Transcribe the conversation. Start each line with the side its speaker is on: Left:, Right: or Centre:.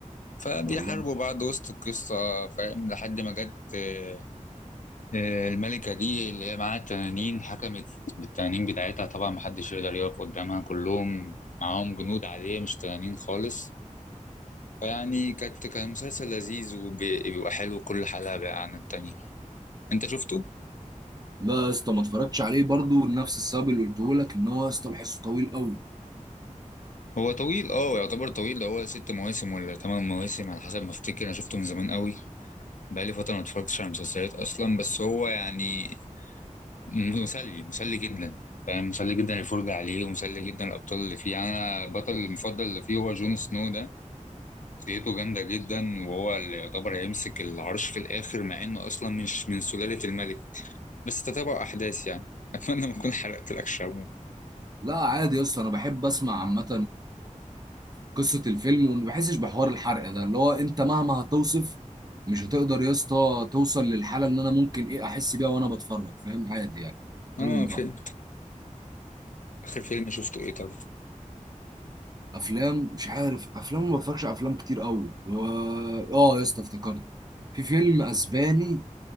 Left: فبيحاربوا
Right: والله
Left: بعض وسط القصه فاهم لحد ما جت آه، آه، الملكة دي اللي هي معاها التنانين حكمت بالتنانين بتاعتها طبعا محدش يقدر يقف قدامها كلهم معاهم جنود عادية مش تنانين خالص فيعني كانت كان مسلسل لذيذ وبيبقى حلو كل حلقة بقى عن التانية انت شفته؟
Right: لا يا اسطى ما اتفرجتش عليه برضو لنفس السبب اللي قلته لك ان هو يا اسطى بحسه طويل قوي
Left: هو طويل اه يعتبر طويل ده هو ست مواسم ولا تمن مواسم على حسب ما افتكر انا شفته من زمان قوي بقالي فترة ما اتفرجتش على مسلسلات اصلا بس هو يعني م- مسلي مسلي جدا فاهم مسلي جدا الفرجة عليه ومسلي جدا الأبطال اللي فيه يعني أنا البطل المفضل اللي فيه هو جون سنو ده شخصيته جامدة جدا وهو اللي يعتبر هيمسك العرش في الآخر مع إنه أصلا مش من سلالة الملك بس تتابع أحداث يعني أتمنى ما أكون حرقت لك شابو
Right: لا عادي يا اسطى انا بحب اسمع عامه قصه الفيلم وما بحسش بحوار الحرق ده اللي هو انت مهما هتوصف مش هتقدر يا اسطى توصل للحاله اللي انا ممكن ايه احس بيها وانا بتفرج فاهم عادي يعني اتكلم
Left: آه في
Right: براحتك
Left: آخر فيلم شفته إيه طيب
Right: افلام مش عارف افلام ما بتفرجش على افلام كتير قوي و... اه يا اسطى افتكرت في فيلم اسباني